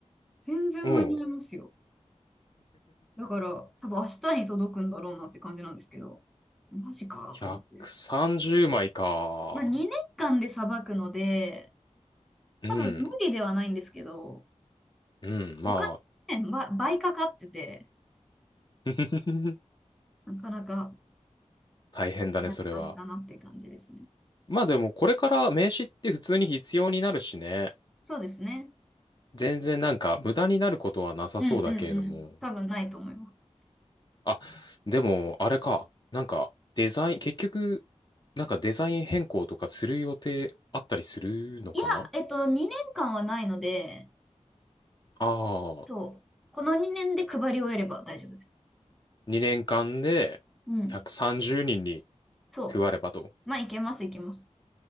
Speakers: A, in the centre; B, on the left.
A: 全然間に合いますよ。
B: うん。
A: だから、多分明日に届くんだろうなって感じなんですけど、マジかと思って。
B: 130枚か。
A: まあ、2年間でさばくので、
B: うん。
A: 多分無理ではないんですけど、
B: うん。
A: お金、
B: ま
A: ね、ば倍かかってて、
B: あ。<laughs>
A: なかなか
B: 大変だね、
A: やったなっていう感じですね。
B: それは。まあでも、これから名刺って普通に必要になるしね。
A: そうですね。
B: 全然なんか無駄になることはなさそうだけれども。
A: うんうんうん。多分ないと思います。
B: あ、でもあれか。なんかデザイン、結局、なんかデザイン変更とかする予定あったりするのかな
A: いや、えっと、2年間はないので、
B: ああ、
A: そう。この2年で配り終えれば大丈夫です。
B: 2年間で130人にんに
A: うん。そ
B: 配ればと。
A: う。まあ、いけます、いけます。